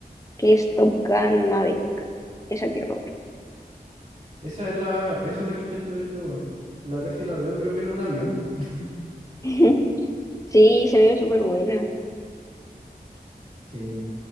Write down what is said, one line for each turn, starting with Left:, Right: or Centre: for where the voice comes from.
Left: que es Top Gun Maverick. Esa quiero ver.
Right: Esa es la, esa es la que intenté ver yo, weón. La casi la veo, creo que en un avión. <laughs>
Left: <laughs> Sí, se ve súper buena.
Right: Sí.